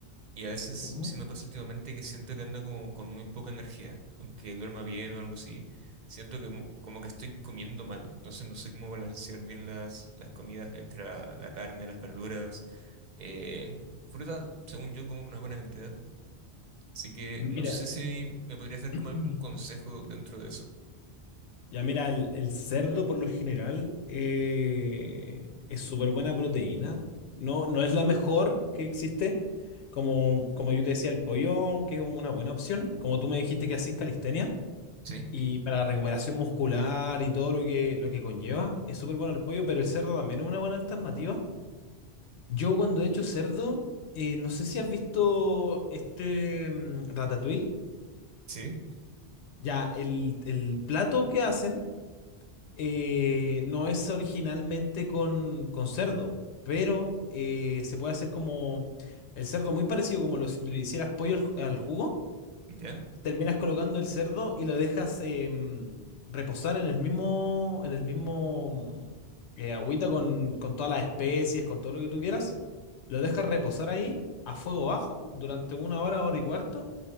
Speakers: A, on the right (about 50°); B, on the left (about 85°).
A: Y a veces
B: ujú.
A: sí me pasa últimamente que siento que ando como con muy poca energía. Aunque duerma bien o algo así, siento que mo- como que estoy comiendo mal. Entonces no sé cómo balancear bien las, las comidas entre la la carne, las verduras eh, fruta, según yo, como una buena cantidad. Así que
B: Mira.
A: no sé si me podrías dar
B: <clears throat>
A: como algún consejo dentro de eso.
B: Ya mira, el, el cerdo por lo general eh, es súper buena proteína. No, no es la mejor que existe. Como, como yo te decía, el pollo, que es una buena opción. Como tú me dijiste que hacís calistenia.
A: ¿Sí?
B: Y para la recuperación muscular y todo lo que, lo que conlleva, es súper bueno el pollo, pero el cerdo también es una buena alternativa. Yo cuando he hecho cerdo, eh, no sé si has visto este mm, ratatouille.
A: ¿Sí?
B: Ya, el, el plato que hacen eh, no es originalmente con, con cerdo, pero eh, se puede hacer como el cerdo muy parecido como lo, lo hicieras pollo al, ju- al jugo.
A: ¿Ya?
B: Terminas colocando el cerdo y lo dejas em, reposar en el mismo, en el mismo eh, agüita con, con todas las especies, con todo lo que tú quieras. Lo dejas reposar ahí a fuego bajo durante una hora, hora y cuarto